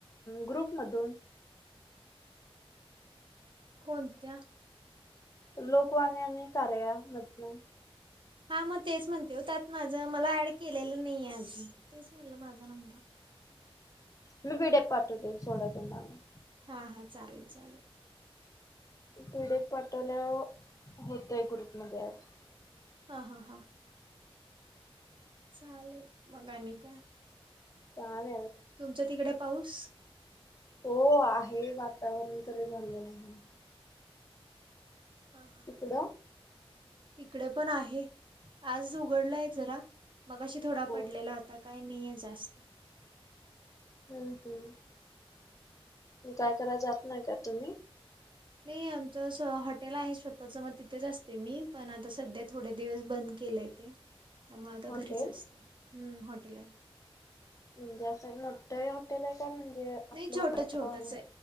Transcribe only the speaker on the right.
कोणत्या?
हा मग तेच म्हणते त्यात माझं मला ऍड केलेलं नाही आहे अजून तेच म्हटलं माझा नंबर
हा हा चालेल चालेल
हा हा हा चाले मगा नाही का
तुमच्या तिकडे पाऊस
ह हा.
इिकडे पण आहे आज उघडलाय जरा मग अशी थोडा
पडलेला आता काय नाहीय जास्त
नाही आमचं हॉटेल आहे स्वतःच मग तिथेच असते मी पण आता सध्या थोडे दिवस बंद केलंय ते त्यामुळे आता
घरीच असते हम्म हॉटेल आहे
नाही छोटं छोटंच